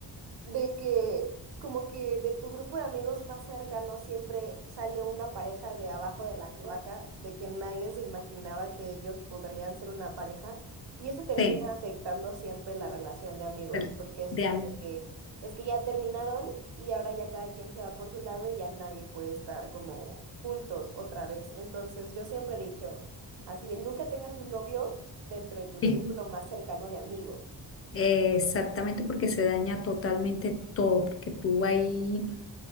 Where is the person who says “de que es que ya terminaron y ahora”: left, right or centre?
Right